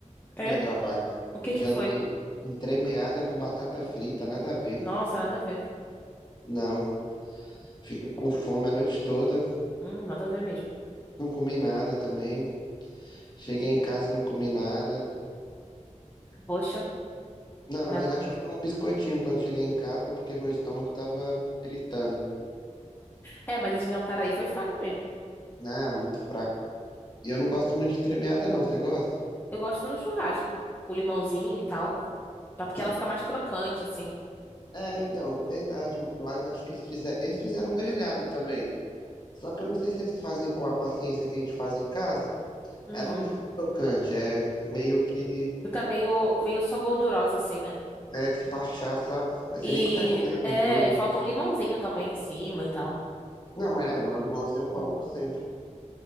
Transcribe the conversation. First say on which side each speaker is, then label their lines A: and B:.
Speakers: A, on the left; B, on the left.
A: É?
B: no trabalho.
A: O que
B: janta
A: que foi?
B: entremeada com batata frita, nada a ver.
A: Nossa, nada a ver.
B: Não, fiquei com fome a noite toda,
A: Hum, nada a ver mesmo.
B: não comi nada também. Cheguei em casa e não comi nada.
A: Poxa,
B: Não, na
A: nada.
B: verdade, comi um biscoitinho quando cheguei em casa porque meu estômago tava gritando.
A: É, mas esse jantar aí foi fraco mesmo.
B: Ah, muito fraco. E eu não gosto muito de entremeada, não. Você gosta?
A: Eu gosto no churrasco, com limãozinho e tal, tá? Porque ela fica mais crocante assim.
B: É, então, verdade. Lá eu acho que eles fizeram. Eles fizeram um grelhado também. Só que eu não sei se eles fazem com a paciência que a gente faz em casa.
A: Uhum.
B: Ela não fica crocante, é meio que
A: Fica meio, meio só gordurosa assim, né?
B: É despachar, sabe? Aí você
A: E
B: nem consegue comer a
A: é,
B: gordura.
A: falta um limãozinho também em cima e tal.
B: Não, mas é, mas o limãozinho eu coloco sempre.